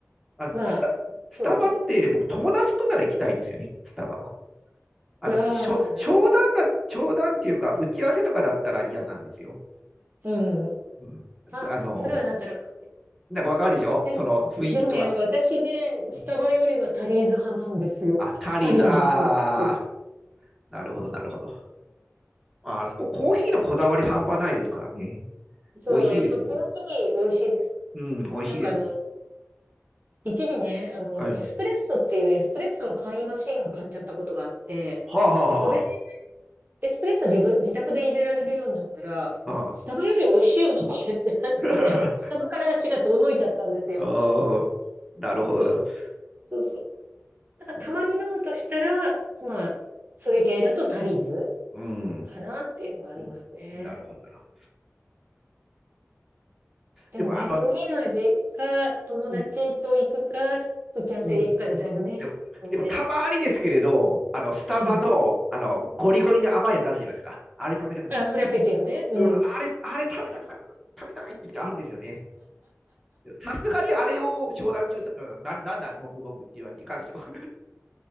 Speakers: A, in the centre; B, on the right.
A: あの、
B: まあ、
A: スタ、スタバって僕友達となら行きたいんですよね、
B: そうですね。
A: スタバは。あの、
B: ああ、
A: しょ、
B: なるほど。
A: 商談だ、商談っていうか、打ち合わせとかだったら嫌なんですよ。
B: うん。
A: うん。
B: あ、
A: で、あの、
B: それはなんとなく。
A: なんかわかるでしょその雰囲気とか。
B: でも、でもね、私ね、スタバよりはタリーズ派なんですよ。
A: うん。あ、タリーズ、
B: タリーズの方が好きだ。
A: ああ、なるほど、なるほど。ああそこコーヒーのこだわり半端ないですからね。
B: そう、
A: 美味しいですも
B: やっぱコーヒー美味しいです。
A: ん。うん、美味しいです。
B: なんかあの、一時ね、あの、
A: あ、は
B: ネスプレッソっていうエスプレッソの簡易マシンを買っちゃったことがあって、
A: あはあは
B: で、それでエスプレッソ自分、自宅で入れられるようになったら、
A: あはあ。
B: スタバより美味しいよな、これってなって、
A: <laughs> あ
B: スタバから足が遠のいちゃったんですよ。
A: あ、なるほど、
B: そう、
A: なるほど。
B: そうそう。なんかたまに飲むとしたら、
A: うん。
B: まあ、それ系だとタリーズ
A: うん。
B: かなっていうのがありますね。
A: うんなるほど、なるほど
B: でもね、
A: でも、あの、
B: コーヒーの味か、
A: う
B: 友達と行くか、
A: ん、
B: 打ち合わせで行くかでだいぶね、
A: うん、でも、
B: お店、
A: でもたまにですけれど、あの、スタバの、
B: うん。
A: あの、ゴリゴリの甘いやつあるじゃないですか。あれ食べたくなる。
B: あ、フラペチーノね。うん。
A: うん、あれ、あれ食べたくなる。食べたいって時あるんですよね。さすがにあれを商談中、うんなんなんだ、もぐもぐっていうわけいかんでしょう。